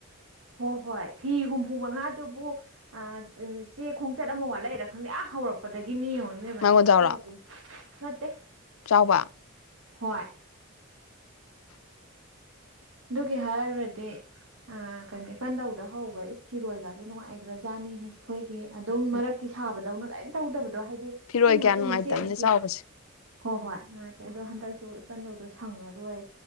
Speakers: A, on the right (about 75°); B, on the left (about 80°).
A: ꯍꯣꯏ ꯍꯣꯏ ꯐꯤ ꯍꯨꯝꯐꯨ ꯃꯉꯥꯗꯨꯕꯨꯑꯥ ꯑꯦ ꯆꯦ ꯈꯣꯡꯆꯠ ꯑꯃ ꯋꯥꯠꯂꯛꯏꯔꯥ ꯈꯪꯗꯦ ꯑꯥ ꯍꯧꯔꯛꯄꯗꯒꯤ ꯀꯅꯤ ꯌ‌ꯦꯡꯉ‌ꯣ ꯏꯕ‌ꯦꯝꯃꯥ
B: ꯃꯥꯡꯒꯣꯟ
A: ꯑꯩꯅ ꯀꯥꯈꯠ
B: ꯆꯥꯎꯔꯣ
A: ꯀꯥ ꯀꯨꯝ ꯅꯠꯇꯦ
B: ꯆꯥꯎꯕ
A: ꯍꯣꯏ
B: <inaudible>
A: ꯑꯗꯨꯒꯤ ꯍꯥꯏꯔꯨꯔꯗꯤ ꯑ ꯀꯩꯅꯣ ꯏꯄꯟꯗꯧꯗ ꯍꯧꯕ ꯏꯁ ꯐꯤꯔꯣꯏꯒꯁꯦ ꯅꯨꯡꯉꯥꯏꯈ꯭ꯔꯖꯥꯠꯅꯤꯍꯦ ꯑꯩꯈꯣꯏꯒꯤ ꯑꯗꯨꯝ
B: ꯎꯝ
A: ꯃꯔꯛꯀꯤ ꯁꯥꯕꯗꯧꯅ ꯂ‌ꯣꯏꯅ ꯇꯧꯗꯕꯗꯣ ꯍꯥꯏꯗꯤ ꯑ
B: ꯐꯤꯔꯣꯏ
A: ꯀꯨꯡꯅ
B: ꯀꯌꯥ
A: ꯀꯨꯡꯅ
B: ꯅꯨꯡꯉꯥꯏꯇꯕꯅꯦ
A: ꯆꯦꯠꯅꯀꯤ
B: ꯆꯥꯎꯕꯁꯦ
A: ꯍꯣꯏ ꯍꯣꯏ ꯅꯨꯡꯉꯥꯏꯇ‌ꯦ ꯑꯗꯣ ꯍꯟꯗꯛꯁꯨ ꯏꯄꯟꯗꯧꯗꯣ ꯁꯪꯉꯔꯣꯏ